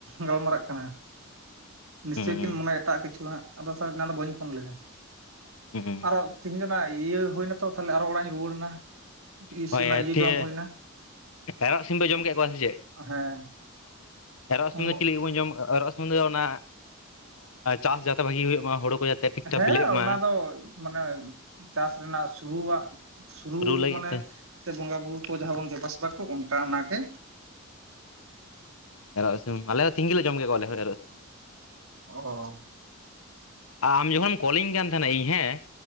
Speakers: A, on the right; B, on the left.
A: ᱜᱟᱞ ᱢᱟᱨᱟᱜ ᱠᱟᱱᱟ
B: <unintelligible>
A: ᱱᱤᱥᱪᱳᱭ
B: ᱦᱩᱸ
A: ᱠᱤᱱ ᱢᱚᱱᱮᱭᱟ ᱮᱴᱟᱜ ᱠᱤᱪᱷᱩ ᱦᱟᱸᱜ ᱟᱫ ᱥᱮ ᱮᱱᱟ ᱫᱚ ᱵᱟᱹᱧ ᱯᱷᱳᱱ ᱞᱮᱫᱟ
B: ᱦᱮ
A: ᱟᱨ ᱛᱤᱦᱤᱧ ᱫᱚ ᱚᱱᱟ ᱤᱭᱟᱹ ᱦᱩᱭᱱᱟᱛᱚ ᱛᱟᱦᱞᱮ ᱟᱨᱚ ᱚᱲᱟᱜ ᱤᱧ ᱨᱩᱣᱟᱹᱲ ᱮᱱᱟ᱾ ᱤᱥ
B: ᱦᱳᱭ
A: ᱚᱱᱟ ᱤᱭᱟᱹ
B: ᱛᱤᱭᱮ
A: ᱡᱚᱢ ᱦᱩᱭᱱᱟ
B: ᱯᱟᱭᱨᱟᱜ ᱥᱤᱢ ᱯᱮ ᱡᱚᱢ ᱠᱮᱫ ᱠᱚᱣᱟ ᱥᱮ ᱪᱮᱫ?
A: ᱦᱮᱸ
B: ᱮᱨᱚᱜ ᱥᱤᱢ
A: ᱩᱸᱜ
B: ᱫᱚ ᱪᱮᱫ ᱞᱟᱜᱤᱫ ᱵᱚᱱ ᱡᱚᱢ ᱮᱨᱚᱜ ᱥᱤᱢ ᱫᱚ ᱚᱱᱟ ᱪᱟᱥ ᱡᱟᱛᱮ ᱵᱷᱟᱹᱜᱤ ᱦᱩᱭᱩᱜ ᱢᱟ ᱦᱩᱲᱩ ᱠᱚ ᱡᱟᱛᱮ ᱴᱷᱤᱠ ᱴᱷᱟᱠ
A: ᱦᱮᱸ
B: ᱵᱤᱞᱤᱜ ᱢᱟ
A: ᱚᱱᱟ ᱫᱚ ᱢᱟᱱᱮ ᱪᱟᱥ ᱨᱮᱱᱟᱜ ᱥᱩᱨᱩᱣᱟᱜ ᱥᱩᱨᱩ
B: ᱞᱟᱹᱜᱤᱫ
A: ᱢᱟᱱᱮ
B: ᱛᱚ
A: ᱵᱚᱸᱜᱟ ᱵᱩᱨᱩ ᱠᱚ ᱡᱟᱦᱟᱸ ᱵᱚᱱ ᱫᱮᱵᱟᱥᱮᱵᱟ ᱠᱚ ᱚᱱᱠᱟ ᱚᱱᱟᱜᱮ
B: ᱦᱮᱸ ᱮᱨᱚᱜ ᱥᱤᱢ ᱟᱞᱮ ᱦᱚᱸ ᱛᱤᱸᱧ ᱜᱮ ᱞᱮ ᱡᱚᱢ ᱠᱮᱫ ᱠᱚᱣᱟ ᱟᱞᱮ ᱦᱚᱸ ᱮᱨᱚᱜ ᱥᱤᱢ
A: ᱚ
B: ᱟᱢ ᱡᱚᱠᱷᱚᱱᱮᱢ ᱠᱚᱞ ᱤᱧ ᱠᱟᱱ ᱛᱟᱦᱮᱱᱟ ᱤᱧ ᱦᱮᱸ